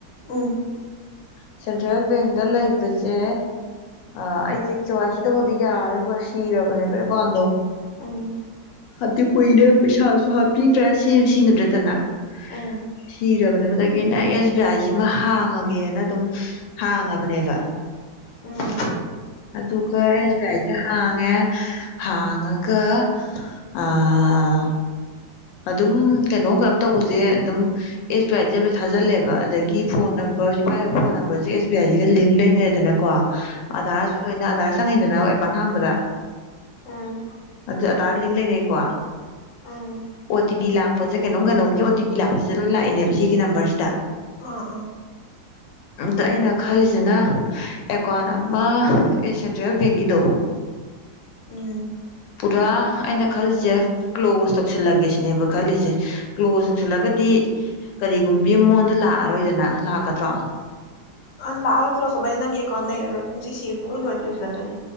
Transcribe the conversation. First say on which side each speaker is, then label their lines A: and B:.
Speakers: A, on the left (about 55°); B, on the left (about 85°).
A: ꯎꯝ
B: ꯁꯦꯟꯇ꯭ꯔꯦꯜ ꯕꯦꯡꯗ ꯂꯩꯕꯖꯦ ꯑꯩꯁꯦ ꯀꯦ ꯋꯥꯥꯏ ꯁꯤ ꯇꯧꯕꯗꯤ ꯌꯥꯔꯔꯣꯏꯕ ꯁꯤꯔꯕꯅꯦꯕ ꯑꯦꯀꯥꯎꯟꯗꯣ
A: ꯎꯝ
B: ꯑꯗꯨ ꯀꯨꯏꯅ ꯄꯩꯁꯥꯁꯨ ꯍꯥꯞꯄꯤ ꯗ꯭ꯔꯦ ꯁꯤꯖꯨ ꯁꯤꯖꯤꯟꯅ <unintelligible>
A: ꯎꯝ
B: ꯁꯤ ꯖꯕꯗꯨꯒꯤ ꯑꯩꯅ ꯑꯦꯁ ꯕꯤ ꯑꯥꯏꯁꯤꯃ ꯍꯥꯡꯉꯒꯦꯅ ꯑꯗꯨꯝ ꯍꯥꯡꯉꯕꯅꯦꯕ
A: ꯎꯝ
B: ꯑꯗꯨꯒ ꯑꯦꯁ ꯕꯤꯑꯥꯏꯖꯦ ꯍꯥꯡꯉꯦ ꯍꯥꯡ ꯑꯒ ꯑꯥ ꯑꯗꯨꯝ ꯀꯩꯅꯣꯝ ꯀꯩꯅꯣꯝ ꯇꯧꯕꯖꯦ ꯑꯗꯨꯝ ꯑꯦꯁ ꯕꯤ ꯑꯥꯏꯖꯦ ꯊꯥꯖꯤꯜꯂꯦꯕ ꯑꯗꯒꯤ ꯐꯣꯟ ꯅꯝꯕꯔ ꯍꯧꯖꯤꯛ ꯄꯥꯏꯔꯤꯕ ꯐꯣꯟ ꯅꯝꯕꯔꯖꯦ ꯑꯦꯁ ꯕꯤ ꯑꯥꯏꯁꯤꯒ ꯂꯤꯡ ꯂꯩꯅꯔꯦꯗꯅꯀꯣ ꯑꯙꯥꯔꯁꯨ ꯂꯣꯏꯅ ꯑꯙꯥꯔ ꯆꯪꯉꯤꯅꯤꯗꯅ ꯑꯦꯀꯥꯎꯟ ꯍꯥꯡꯕꯗ
A: ꯎꯝ
B: ꯑꯗꯨ ꯑꯥꯙꯥꯔ ꯂꯤꯡ ꯂꯩꯅꯩ ꯀꯣ
A: ꯎꯝ
B: ꯑꯣ ꯇꯤ ꯄꯤ ꯂꯥꯛꯄꯖꯦ ꯀꯩꯅꯣꯝ ꯀꯩꯅꯣꯝꯒꯤ ꯑꯣ ꯇꯤ ꯄꯤ ꯂꯥꯛꯄꯁꯦ ꯁꯤꯗ ꯂꯣꯏ ꯂꯥꯛꯏꯅꯦꯕ ꯁꯤꯒꯤ ꯅꯝꯕꯔꯁꯤꯗ
A: ꯑꯥ ꯑꯥ
B: ꯑꯝꯇ ꯑꯩꯅ ꯈꯜꯂꯤꯁꯤꯅ ꯑꯦꯀꯥꯎꯟ ꯑꯃ ꯑꯦ ꯁꯦꯟꯇ꯭ꯔꯦꯜ ꯕꯦꯡꯒꯤꯗꯣ
A: ꯎꯝ
B: ꯄꯨꯔꯥ ꯑꯩꯅ ꯈꯜꯂꯤꯁꯦ ꯀ꯭ꯂꯣꯖ ꯇꯧꯁꯜꯂꯒꯦꯁꯤ ꯁꯤꯅꯦꯕ ꯈꯜꯂꯤꯁꯦ ꯀ꯭ꯂꯣꯁ ꯌꯧꯁꯜꯂꯒꯗꯤ ꯀꯔꯤꯒꯨꯝꯕꯤ ꯃꯉꯣꯟꯗ ꯂꯥꯛꯑꯔꯣꯏꯗꯅ ꯂꯥꯛꯀꯗ꯭ꯔꯣ
A: ꯑ ꯂꯥꯛꯑꯒ ꯀ꯭ꯂꯣꯖ ꯇꯧꯕ ꯍꯥꯏꯖꯦ ꯅꯪꯒꯤ ꯑꯦꯀꯥꯎꯟ ꯂꯩꯔꯔꯣꯏ ꯄꯨꯡꯁꯤ ꯁꯤ ꯄꯨꯡꯂꯣꯏ ꯂꯣꯏꯁꯤꯜꯂꯗꯣꯏꯅꯤ